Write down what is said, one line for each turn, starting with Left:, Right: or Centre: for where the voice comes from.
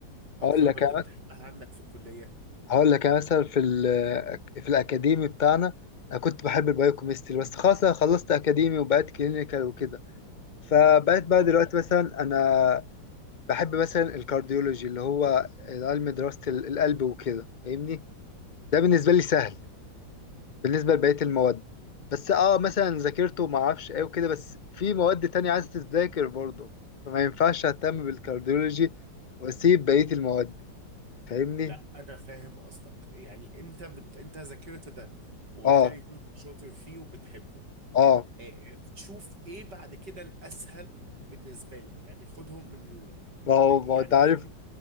Right: اكتر
Left: هقول لك
Right: مادة
Left: أنا-
Right: بتحبها عندك في الكلية
Left: هقول لك أنا مثلا في ال- في الأكاديمي بتاعنا أنا كنت بحب البايوكيمستري بس خلاص أنا خلصت أكاديمي وبقيت كلينيكال وكده فبقيت بقى
Right: طب
Left: دلوقتي مثلا أنا بحب مثلا الكارديولوجي اللي هو علم دراسة ال- القلب وكده فاهمني ده بالنسبة لي سهل بالنسبة لبقية المواد بس اه مثلا ذاكرته ما اعرفش ايه وكده بس في مواد تانية عايزة تتذاكر برضه فما ينفعش اهتم بالكارديولوجي واسيب بقية المواد فاهمني
Right: لا انا فاهم قصدك يعني انت بت... انت ذاكرت ده وقلت
Left: اه
Right: لي ان انت شاطر فيه وبتحبه
Left: اه
Right: آه، تشوف ايه بعد كده الاسهل بالنسبه لك يعني خدهم من ال...
Left: ما هو
Right: م-
Left: ما
Right: يعني
Left: هو انت عارف
Right: فاهم